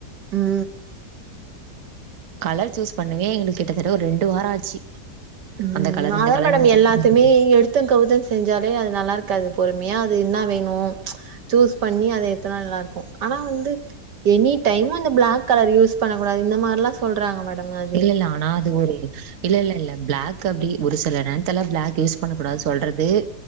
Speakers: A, on the right; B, on the right.
A: உ உ
B: கலர் சூஸ் பண்ணுவே எங்களுக்கு கிட்டத்தட்ட ஒரு ரெண்டு வாரோ ஆச்சு
A: உ
B: அந்த கலர்
A: அதா
B: இந்த கலர்
A: மேடம்
B: இந்த கலர்
A: எல்லாத்துமே எடுத் எத்தோ கவ்த்தோன் செஞ்சாலே அது நல்லாருக்காது பொறுமியா அது இன்னா வேணு சூஸ் பண்ணி அத எத்தனா நல்லாருக்கும் ஆனா வந்து எனி டைமு இந்த ப்ளாக் கலர் யூஸ் பண்ணக்கூடாது இந்த மார்லாஸ் சொல்றாங்க மேடம் அ
B: இல்ல இல்ல ஆனா அது ஒரு இல்லல்லல்ல ப்ளாக் கு அப்டி ஒரு சில நேர்த்ல ப்ளாக் யூஸ் பண்ண கூடாது சொல்றது